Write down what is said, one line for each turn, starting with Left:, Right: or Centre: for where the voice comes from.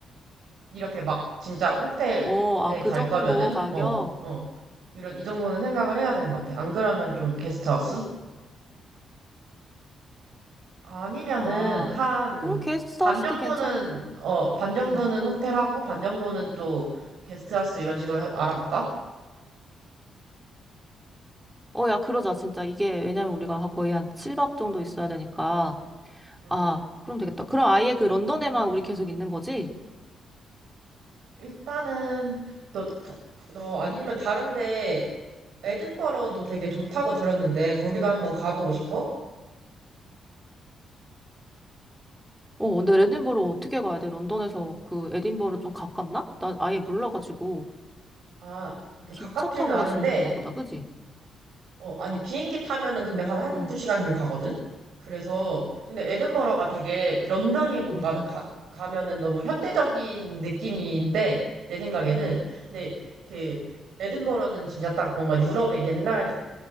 Right: 이렇게 막 진짜 호텔에
Centre: 어, 아, 그
Right: 갈
Centre: 정도
Right: 거면은
Centre: 가격?
Right: 어 어 이런 이 정도는 생각을 해야 되는 것 같아 안 그러면 좀 게스트하우스 아니면은
Centre: 아,
Right: 한
Centre: 아 그럼 게스트하우스도
Right: 반 정도는
Centre: 괜찮을 거고.
Right: 어 반 정도는
Centre: 응.
Right: 호텔하고 반 정도는 또 게스트하우스 이런 식으로 해- 알아볼까?
Centre: 어, 야, 그러자, 진짜. 이게, 왜냐면 우리가 거의 한 7박 정도 있어야 되니까.
Right: 음.
Centre: 아, 그럼 되겠다. 그럼 아예 그 런던에만 우리 계속 있는 거지?
Right: 일단은 너, 다- 너 아니면 다른데 에든버러도 되게 좋다고 들었는데 거기도 한번 가보고 싶어?
Centre: 어, 근데 에딘버러 어떻게 가야 돼? 런던에서 그 에딘버러 좀 가깝나? 나 아예 몰라가지고
Right: 아, 그
Centre: 기차
Right: 가깝지는
Centre: 타고
Right: 않은데
Centre: 갈 수 있는 건가 보다, 그지?
Right: 어 아니 비행기 타면은 근데 한 한두
Centre: 응,
Right: 시간이면 가거든. 그래서 근데 에든버러가 되게 런던이 뭔가
Centre: 응, 응.
Right: 가, 가면은 너무 현대적인 느낌인데 내 생각에는 근데 그 에든버러는 진짜 딱 뭔가 유럽의 옛날